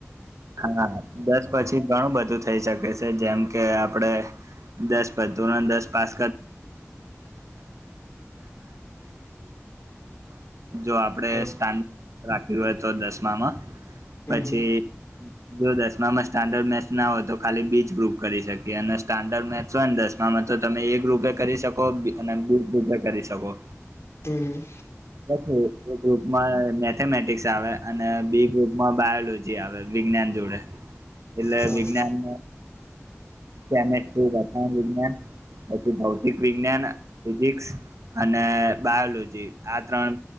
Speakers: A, on the right (about 85°); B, on the left (about 60°).
A: હા દસ પછી ઘણું બધું થઈ શકે છે. જેમ કે આપડે દસ બધું દસ પાસ જો આપડે
B: હા
A: સ્ટ રાખયુ હોય તો દસમામાં પછી
B: હમ હમ
A: જો દસમામાં સ્ટાન્ડર્ડ મેસ ના હોય તો ખાલી બી જ ગ્રુપ કરી શકીએ અને સ્ટાન્ડર્ડ મેથસ હોય ને દસમામાં તો તમે એક ગ્રુપે કરી શકો અને બી ગ્રુપ કરી શકો
B: હમ હમ
A: એક ગ્રુપમાં મેથેમેટિક્સ આવે અને બી ગ્રુપમાં બાયોલોજી આવે વિજ્ઞાન એવડે. એટલે
B: હા
A: વિજ્ઞાન કેમેસ્ટ્રી <unintelligible> વિજ્ઞાન પછી ભૌતિક વિજ્ઞાન ફિજિક્સ અને બાયોલોજી આ ત્રણ